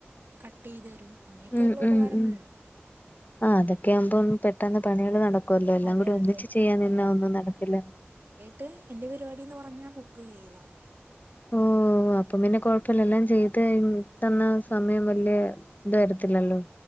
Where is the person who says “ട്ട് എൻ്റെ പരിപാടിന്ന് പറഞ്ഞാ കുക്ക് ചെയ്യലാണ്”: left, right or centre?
Right